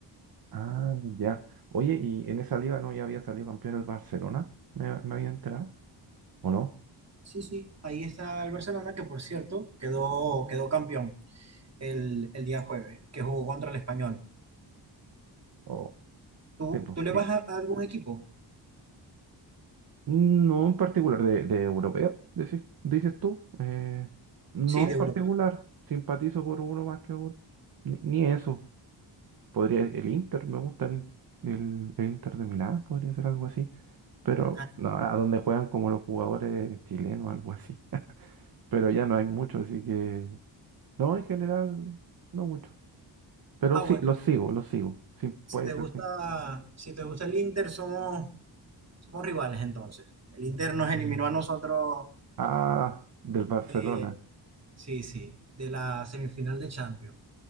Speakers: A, on the right (about 55°); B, on the right (about 35°).
A: Ah, ya. Oye, ¿y en esa liga no ya había salido campeón el Barcelona? ¿Me, me había enterado? ¿O no?
B: Sí, sí, ahí está el Barcelona, que por cierto quedó, quedó campeón el, el día jueves, que jugó contra el Español.
A: O
B: ¿Tú,
A: sí, pues,
B: tú le
A: sí.
B: vas a, a algún equipo?
A: No en particular, de, de europeo, dices, dices tú. Eh, no
B: Sí, de
A: en
B: Europa.
A: particular, simpatizo por uno más que otro. Ni, ni eso. Podría el Inter, me gusta el, In- el- el Inter de Milán, podría ser algo así. Pero
B: Ah,
A: no, a donde juegan como los jugadores chilenos, algo así. <laughs> Pero ya no hay mucho, así que no, en general, no mucho. Pero
B: ah,
A: sí,
B: bueno,
A: los sigo, los sigo. Sí, puede
B: si te
A: ser,
B: gusta,
A: sí.
B: si te gusta el Inter, somos Somos rivales entonces. El Inter nos eliminó a nosotros
A: Ah, del Barcelona.
B: de, sí, sí, de la semifinal de Champions.